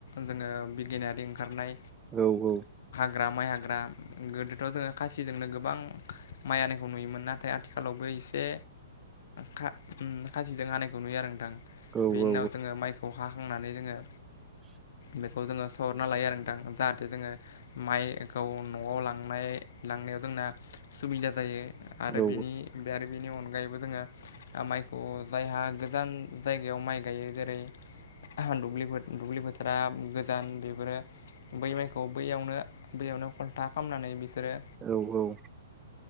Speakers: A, on the left (about 60°); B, on the right (about 20°).
A: जोङो बिगियानारि ओंखारनाय
B: औ औ।
A: ग्रा माइ हाग्रा गोदोथ' जोङो खासिजोंनो गोबां माइ हानायखौ नुयोमोन नाथ नाथाय आथिखालावबो एसे खा उम्म खासिजों हानायखौ नुयो आरो नोंथां।
B: औ
A: बेनि
B: औ
A: उनाव जोङो माइखौ हाखांनानै जोङो
B: <inaudible>
A: बेखौ जोङो सरना लायो आरो नोंथां जाहाथे जोङो माइखौ न'आव लांनाय थांनायाव जोंना सुबिदा जायो आरो
B: औ औ
A: बेनि बे आरो बेनि अनगायैबो जोङो माइखौ जायहा गोजान जायगायाव माइ गायो जेरै दुब्लि फो दुब्लि फोथारा गोदान बेफोरो बै माइखौ बैयावनो बैयावनो खलथा खालामनानै बिसोरो
B: औ औ।